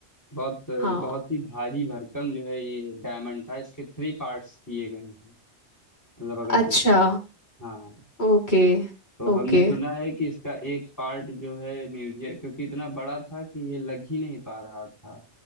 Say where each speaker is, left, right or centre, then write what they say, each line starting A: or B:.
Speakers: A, on the left; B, on the left.
A: बहुत
B: हाँ
A: बहुत ही भारी भरकम जो है ये डायमंड था इसके थ्री पार्ट्स किए गए हैं मतलब अगर
B: अच्छा
A: देखा जाए तो। हाँ
B: ओके
A: तो
B: ओके
A: हमने सुना है कि इसका एक पार्ट जो है म्यूजियम क्योंकि इतना बड़ा था कि ये लग ही नहीं पा रहा था